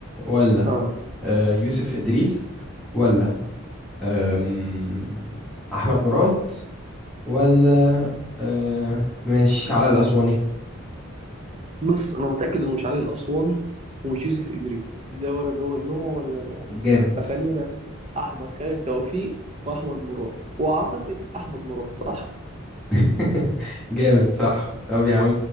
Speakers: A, in the centre; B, on the right.
A: ولا
B: آه.
A: آه، يوسف إدريس ولا أم، أحمد مراد ولا آه ماشي على الأسواني
B: بص أنا متأكد إنه مش علي الأسواني ومش يوسف إدريس ده ولا ده نوع ولا ده نوع
A: جامد
B: فخلينا في أحمد خالد توفيق وأحمد مراد وأعتقد أحمد مراد صح؟
A: <laughs> جامد صح طب يا عم